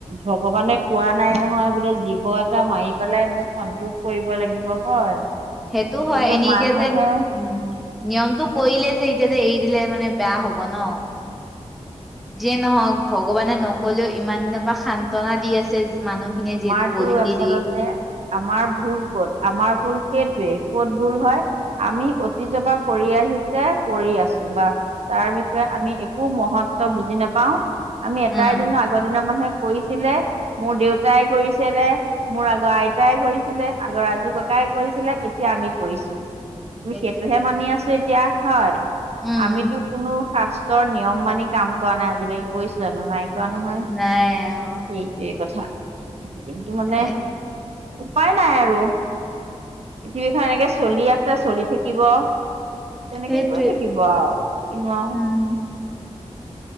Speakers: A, on the right; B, in the centre.
A: ভগৱানে কোৱা নাই নহয় বোলে জীৱ এটা মাৰি পেলাই মোক সন্তোষ কৰিব লাগিব হয়।
B: সেইটো হয়,
A: কিন্তু
B: এনেই
A: মানুহে
B: এতিয়া যেন <unintelligible> নিয়মটো কৰিলে যে এতিয়া যে এৰি দিলে মানে বেয়া হব ন। যিয়ে নহওক ভগৱানে নকলেও ইমান দিন পা সান্তনা দি আছে। মানুহ খিনিয়ে
A: আমাৰতো
B: যিহেতু বলি
A: আচলতে
B: দি দিয়ে।
A: আমাৰ ভুল ক'ত? আমাৰ ভুল সেইটোৱে, ক'ত ভূল হয়? আমি অতীজ পা কৰি আহিছে কৰি আছো বাছ। তাৰ বিষয়ে আমি একো মহত্ব বুজি নাপাও। আমি এটাই
B: উম
A: যেনো আগৰ দিনৰ মানুহে কৰিছিলে, মোৰ দেউতাই কৰিছেলে। মোৰ আগৰ আইতাই কৰিছিলে, আগৰ আজু ককাই কৰিছিলে এতিয়া আমি কৰিছো। মই
B: সেইটোৱে
A: সেইটোহে মানি আছো এতিয়া হয়,
B: উম
A: আমিতো কোনো শাস্ত ৰ নিয়ম মানি কাম কৰা নাই আজিকালি কৰিছো জানো নাই কৰা নহয়।
B: নাই অ
A: সেই সেই কথা কিন্ত মানে
B: এ
A: উপায় নাই আৰু, পৃথিৱীখন এনেকে চলি আছে চলি থাকিব। তেনেকেই
B: সেইটোৱে
A: গৈ থাকিব আও কিনো আও।
B: উম